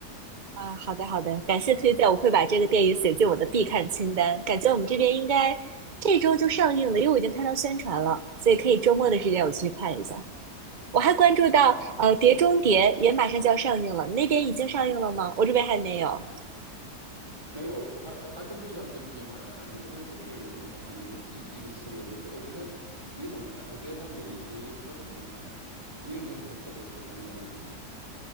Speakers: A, on the right (about 35°); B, on the right (about 15°).
A: 啊，好的好的，感谢推荐，我会把这个电影写进我的必看清单。感觉我们这边应该这周就上映了，因为我已经看到宣传了，所以可以周末的时间我去看一下。我还关注到，
B: 哦，
A: 呃，《碟中谍》也马上就要上映了，那边已经上映了吗？我这边还没有。
B: 没有，我还我还真不知道《碟中谍》马上要上映了，但是这个电影也是很好看的一个一一个系列。就是我觉得你怎么看？我觉得它每一集都很精彩。你有没有什么特别喜欢的哪一集？